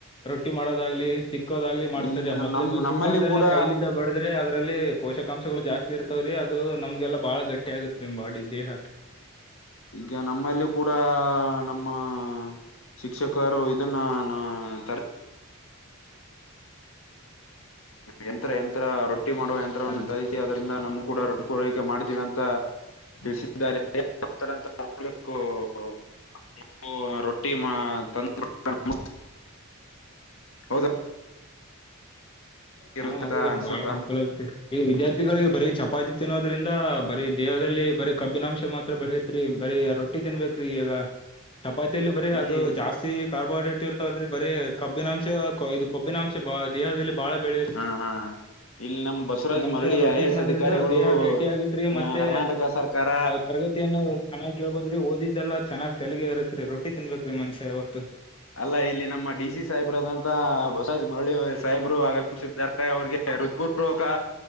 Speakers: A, on the left (about 25°); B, on the left (about 65°).
A: ರೊಟ್ಟಿ ಮಾಡೋದಾಗ್ಲಿ ಚಿಕ್. <unintelligible> ಮಾಡ್ತಾರೆ
B: ಈಗ
A: ಮೊದ್ಲು
B: ನಮ್ ನಮ್ಮಲ್ಲಿ
A: ಕಾಲದಲ್ಲಿ ಯೆಲ್ಲಾ
B: ಕೂಡ
A: ಕೈಯಲ್ಲಿ ಬಡಿದು. ಅದ್ರಲ್ಲಿ ಪೋಷಕಾಂಶಗಳು ಜಾಸ್ತಿ ಇರ್ತವ್ರೀ ಅದು ನಮ್ಗೆಲ್ಲ ಬಾಳ ಗಟ್ಟಿ ಆಗತ್ರಿ ನಿಮ್ ಬಾಡಿ ದೇಹ.
B: ಈಗ ನಮ್ಮಲ್ಲಿ ಕೂಡ ನಮ್ಹಾ. ಶಿಕ್ಷಕರು ಇದನ್ನಾ ನಂತರ. ಯಂತ್ರ ಯಂತ್ರ ರೊಟ್ಟಿ ಮಾಡುವ ಯಂತ್ರವನ್ನು
A: ಅಲ್
B: ತರಿಸಿ. ಅದ್ರಿಂದ ನಮ್ ಕೂಡ ರೊಟ್ಟ ಪೂರೈಕೆ ಮಾಡ್ತಿವಿ ಅಂತ <unintelligible> <inaudible> ಹೌದ
A: ಹಾ
B: ಇರುತ್ತ
A: ಹೌದೀ ರೀ
B: ಅನ್ಸುತ್ತಾ
A: ಬಾಳ ಅನುಕೂಲ ಆಗ್ತ್ರಿ <inaudible> ಈಗ ವಿದ್ಯಾರ್ಥಿಗಳಿಗೆ ಬರೀ ಚಪಾತಿ ತಿನ್ನೋದ್ರಿಂದ ಬರೀ ದೇಹದಲ್ಲಿ ಬರೀ ಕಬ್ಬಿನಾಂಶ ಮಾತ್ರ ಬೆಳೆಯತ್ರಿ ಬರೀ ರೊಟ್ಟಿ ತಿನ್ಬೇಕ್ರಿ ಈಗ. ಚಪಾತಿಯಲ್ಲಿ ಬರೀ
B: ಇಲ್ಲಿ
A: ಅದು ಜಾಸ್ತಿ ಕಾರ್ಬೋಹೈಡ್ರೇಟ್ ಇರ್ತವಲ್ರಿ. ಬರೀ ಕಬ್ಬಿನಾಂಶ ಇದು ಕೊಬ್ಬಿನಾಂ ದೇಹದಲ್ಲಿ ಬಾಳ ಬೆಳೆಯೋದು
B: ಹಾ ಹಾ ಇಲ್ಲಿ ನಮ್ ಬಸವರಾಜ್
A: ಮನುಷ್ಯ
B: ಮರಳಿ
A: ರೊಟ್ಟಿ
B: ಐ ಎ
A: ತಿನ್ನೋದ್ರಿಂದ
B: ಎಸ್ ಅಧಿಕಾರಿಗಳು
A: ದೇಹ ಗಟ್ಟಿ ಆಗತ್ರಿ.
B: ಹ
A: ಮತ್ತೆ
B: ಕರ್ನಾಟಕ ಸರ್ಕಾರ
A: ತರಗತಿ ರೊಟ್ಟಿಯನ್ನು ಚೆನ್ನಾಗಿ ಕೇಳ್ಬೋದ್ರಿ ಓದಿದ್ದೆಲ್ಲ ಚನ್ನಾಗ್ ತಲಗೆ ಏರುತ್ತೆರೀ. ರೊಟ್ಟಿ ತಿನ್ಬಬೇಕು ರೀ ಮನುಷ್ಯ ಯಾವತ್ತಿದ್ರು.
B: ಅಲ್ಲಾ ಇಲ್ಲಿ ನಮ್ಮ ಡಿ. ಸಿ. ಸಾಹೇಬ್ರಾದಂತ ಬಸವಾಜ್ ಮುರಳಿ ಸಾಹೇಬರು ಆಗಮಿಸಿದ್ದಾರೆ. ಅ ಅವ್ರಿಗೆ ಋತೂಪೂರ್ವಕಾ